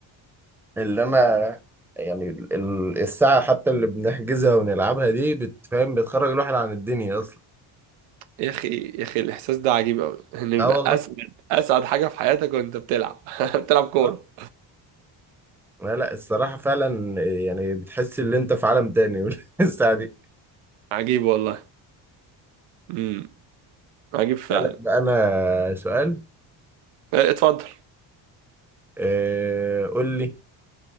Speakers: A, in the centre; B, on the right (about 90°).
A: اللي انا يعني ال- ال- الساعة حتى اللي بنحجزها ونلعبها دي بتفهم بتخرج الواحد عن الدنيا اصلا
B: يا اخي يا اخي الاحساس ده عجيب قوي ان يبقى
A: اه والله
B: اسعد اسعد حاجه في حياتك وانت بتلعب <laughs> بتلعب كوره
A: اه لا لا الصراحة فعلا يعني بتحس ان انت في عالم تاني <laughs> الساعة دي
B: عجيب والله امم عجيب فعلا
A: اسألك بقى انا سؤال
B: آه، اتفضل
A: آه، قول لي